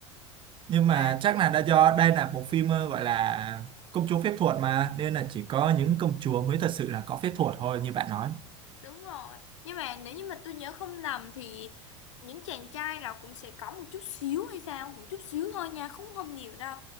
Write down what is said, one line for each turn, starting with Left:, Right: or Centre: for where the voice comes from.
Right: nhưng
Left: À,
Right: mà chắc là đã do đây là bộ phim ờ, gọi là công chúa phép thuật mà nên là chỉ có những công chúa mới thật sự là có phép thuật thôi như bạn nói
Left: Đúng rồi. Nhưng mà nếu như mà tôi nhớ không nhầm thì những chàng trai nào cũng sẽ có một chút xíu hay sao, một chút xíu thôi nha, không không nhiều đâu.